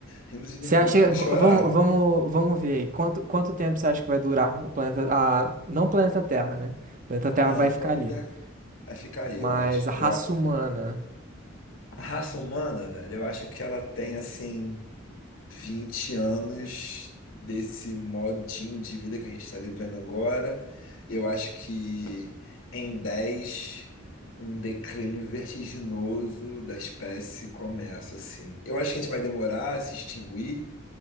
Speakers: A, on the left; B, on the right.
A: Rindo de nervoso
B: você acha,
A: pra não
B: v-
A: chorar.
B: vamos, vamos, vamos ver aí, quanto, quanto tempo você acha que vai durar o planeta, a, não o planeta Terra, né? O planeta Terra
A: É,
B: vai
A: pronto,
B: ficar ali,
A: até. Aí fica aí,
B: mas
A: eu acho.
B: a
A: Eu,
B: raça
A: a
B: humana.
A: a raça humana, velho, eu acho que ela tem assim. 20 anos desse modinho de vida que a gente está vivendo agora. Eu acho que em 10 um declínio vertiginoso da espécie começa, assim. Eu acho que a gente vai demorar a se extinguir,